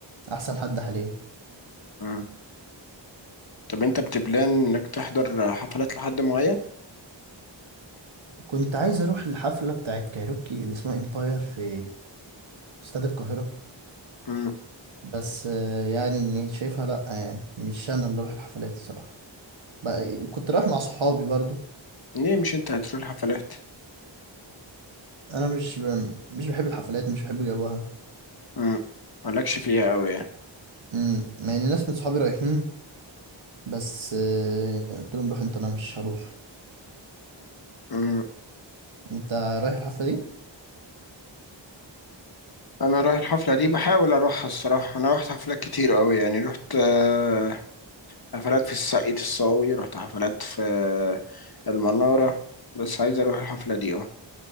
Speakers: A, on the right; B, on the left.
A: أحسن حد حاليا
B: مم. طب انت بتبلان انك تحضر حفلات لحد معين
A: كنت عايز أروح الحفلة بتاعت كايروكي اللي اسمها إمباير في استاد القاهرة
B: مم.
A: بس آه، يعني شايفها لأ يعني مش أنا اللي أروح الحفلات الصراحة بقى كنت رايح مع صحابي برضو
B: ليه مش انت هتروح الحفلات
A: أنا مش ب... مش بحب الحفلات مش بحب جوها
B: مم. مالكش فيها قوي يعني
A: مم، مع إن ناس من صحابي رايحين بس آه، قلت لهم روح أنت أنا مش هروح
B: مم.
A: أنت رايح الحفلة دي؟
B: انا رايح الحفله دي بحاول اروحها الصراحه انا رحت حفلات كتير قوي يعني رحت آه، حفلات في الساقية الصاوي رحت حفلات في آه، المناره بس عايز اروح الحفله دي اه